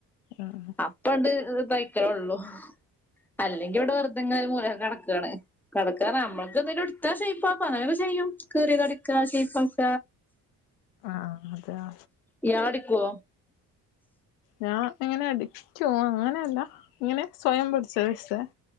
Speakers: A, on the left; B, in the centre.
A: ആഹ് ആഹ്
B: അപ്പ ഇണ്ട് തൈക്കലൊള്ളൂ അല്ലെങ്കി ഇവിടെ വെറുതെങ്ങനെ ഒരു മൂലെക്കെ കിടക്കാണ് കടക്കാറഞ്ഞ നമ്മൾക്ക് എന്തേലും എടുത്താ ശൈപ്പാക്കും അങ്ങെനൊക്കെ ചെയ്യും കീറ്യേത് അടിക്കാ ശൈപ്പാക്ക
A: ആഹ് ആഹ് അത് ആ
B: ഇയാളടിക്കോ
A: ഞാൻ ഇങ്ങനെ അടിക്കു അങ്ങനെയല്ല ഇങ്ങനെ സ്വയം പടിച്ചത് വെച്ച്